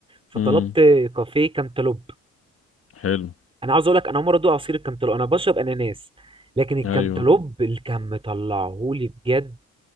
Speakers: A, on the right; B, on the left.
A: فطلبت
B: امم
A: كافيه كانتالوب
B: حلو
A: انا عاوز اقول لك انا عمري ادوق عصير الكامتالوب انا بشرب اناناس لكن الكامتالوب
B: ايوه
A: اللي كان مطلعهولي بجد